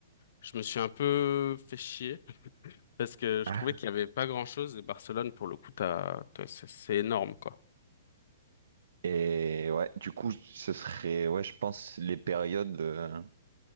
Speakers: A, on the left; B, on the right.
A: je me suis un peu fait chier <laughs> parce que je
B: Ah.
A: trouvais qu'il y avait pas grand-chose et Barcelone, pour le coup, t'as, t'as- c'est c'est énorme quoi.
B: Et ouais, du coup, ce serait, ouais, je pense les périodes euh,